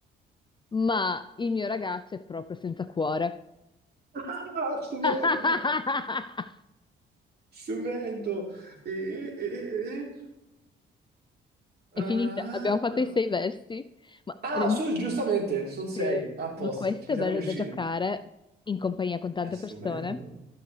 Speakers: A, on the left; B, on the right.
A: Ma il mio ragazzo è proprio senza cuore.
B: Ah, stupendo,
A: <laughs>
B: stupendo. E, e- e- e-
A: È
B: ah,
A: finita, abbiamo fatto
B: ah.
A: i sei versi. Ma,
B: Ah,
A: rendi-
B: Ah, su, giustamente, sono sei,
A: sì.
B: a posto,
A: Ma questo
B: ci
A: è
B: siamo
A: bello
B: riusciti.
A: da giocare in compagnia con tante
B: È stupendo.
A: persone.